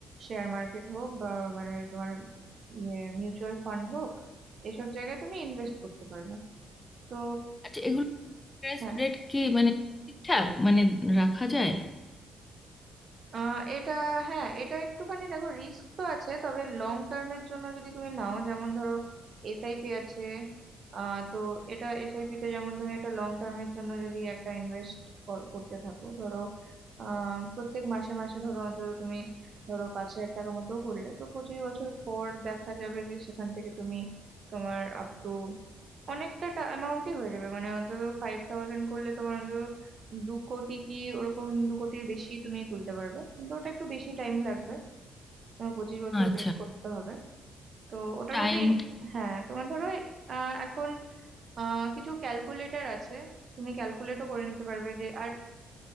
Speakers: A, on the right; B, on the left.
A: শেয়ার মার্কেট হোক বা মানে তোমার ইয়ে মিউচুয়াল ফান্ড হোক এসব জায়গায় তুমি ইনভেস্ট করতে পারবে তো
B: আচ্ছা এগুলো ইন্টারেস্ট
A: হ্যাঁ
B: রেট কি মানে ঠিকঠাক মানে রাখা যায়
A: আহ এটা হ্যাঁ এটা একটুখানি দেখো রিস্ক তো আছে তবে লং টার্মের জন্য যদি তুমি নাও যেমন ধরো এসআইপি আছে আহ তো এটা এসআইপি তে যেমন তুমি একটা লং টার্মের জন্য যদি একটা ইনভেস্ট করতে থাকো ধরো আহ প্রত্যেক মাসে মাসে ধরো অন্তত তুমি ধরো পাঁচ হাজার টাকা মতো করলে তো পঁচিশ বছর পর দেখা যাবে যে সেখান থেকে তুমি তোমার আপ টু অনেকটা অ্যামাউন্টই হয়ে যাবে মানে অন্তত ফাইভ থাউজেন্ড করলে তোমার অন্তত দু কোটি কি ওরকম দু কোটির বেশি তুমি তুলতে পারবে কিন্তু ওটা একটু বেশি টাইম লাগবে তোমার পঁচিশ বছর
B: আচ্ছা
A: ওয়েট করতে হবে তো ওটার
B: টাইম
A: মধ্যে ইন- হ্যাঁ তোমার ধরো আহ, এখন আহ, কিছু ক্যালকুলেটর আছে তুমি ক্যালকুলেটও করে নিতে পারবে যে আর